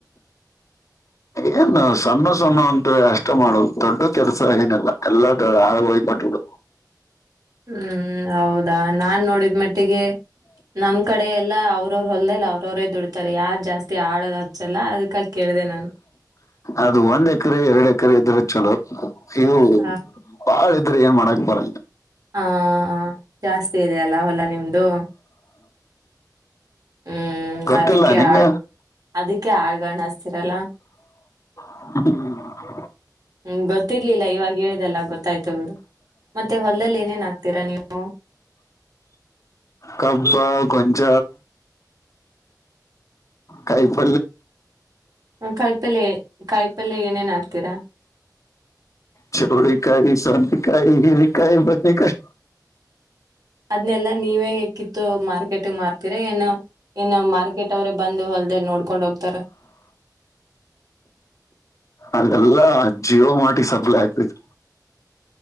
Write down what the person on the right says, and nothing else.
ಹ್ಮ್ ಹೌದಾ ನಾನ್ ನೋಡಿದ ಮಟ್ಟಿಗೆ ನಮ್ ಕಡೆ ಎಲ್ಲಾ ಅವ್ರವ್ರ ಹೊಲ್ದಲ್ಲ ಅವ್ರವರೇ ದುಡ್ತಾರೆ ಯಾರ್ ಜಾಸ್ತಿ ಆಡೋ ಹಚ್ಚಲ್ಲ ಅದಕ ಕೇಳ ದೇ ನಾನು
ಹ
ಹಾ ಜಾಸ್ತಿ ಇದೆಯಲ್ಲ ಹೊಲ ನಿಮ್ದು ಹ್ಮ್
ಅದಕ್ಕೆ
ಆಳ್ ಅದಕ್ಕೆ ಹಳ್ಗಾಣಸ್ತೀರಲ್ಲ
ಹ್ಮ್ ಗೊತ್ತಿರ್ಲಿಲ್ಲ ಇವಾಗ ಹೇಳಿದೆಲ್ಲ ಗೊತ್ತಾಯ್ತು ಬಿ ಮತ್ತೆ ಹೊ ಅಲ್ಲಲ್ಲಿ ಏನೇನ್ ಆಗ್ತೀರಾ ನೀವು
ಕಾಯಿಪಲ್ ಕಾಯಿಪಲ್ಯ ಏನೇನ್ ಆಕ್ತೀರಾ
ಅದ್ನೆಲ್ಲಾ ನೀವೇ ಎಕ್ಕಿತ್ತು ಮಾರ್ಕೆಟಿಂಗ್ ಮಾಡ್ತೀರ ಏನೋ ಇನ್ನು ಮಾರ್ಕೆಟ್ ಅವ್ರೇ ಬಂದು ಹೊಲ್ದಲ್ ನೋಡ್ಕೊಂಡ್ ಹೋಗ್ತಾರ